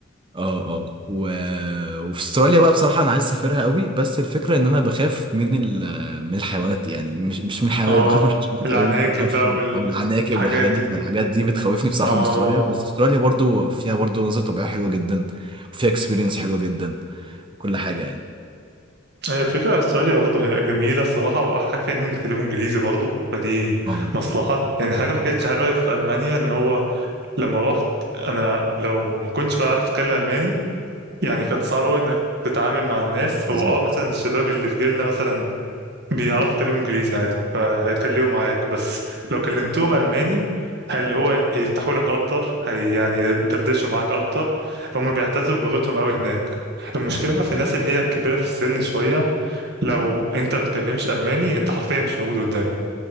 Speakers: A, on the right; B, on the right.
A: اه اه و... وفي استراليا بقى بصراحة أنا عايز أسافرها قوي بس الفكرة إن أنا بخاف من ال... من الحيوانات يعني مش مش من الحيوانات
B: اه
A: بخاف من الحشرات
B: العناكب
A: قوي بخاف
B: بقى والحاجات
A: أو العناكب والحاجات
B: دي
A: دي الحاجات دي بتخوفني بصراحة
B: اه
A: من استراليا بس استراليا برضو فيها برضو مناظر طبيعية حلوة جدا وفيها اكسبيرينس حلوة جدا وكل حاجة يعني
B: هي الفكرة استراليا برضه هي جميلة الصراحة وأحلى حاجة فيها إنهم بيتكلموا إنجليزي برضه فدي
A: اه
B: مصلحة يعني حاجة ما كانتش حلوة في ألمانيا إن هو لما روحت أنا لو ما كنتش بقى عارف أتكلم ألماني يعني كان صعب أوي إنك تتعامل مع الناس
A: بالظبط
B: هو اه مثلا الشباب اللي في جيلنا مثلا بيعرفوا يتكلموا انجليزي عادي فهيتكلموا معاك بس لو كلمتهم الماني اللي هو يفتحوا لك اكتر هي يعني يدردشوا معاك اكتر هم
A: آه.
B: بيعتزوا بلغتهم قوي هناك المشكله
A: ايوه
B: بقى في الناس اللي هي كبيره في السن شويه لو انت بتكلمش الماني انت حرفيا مش موجود قدام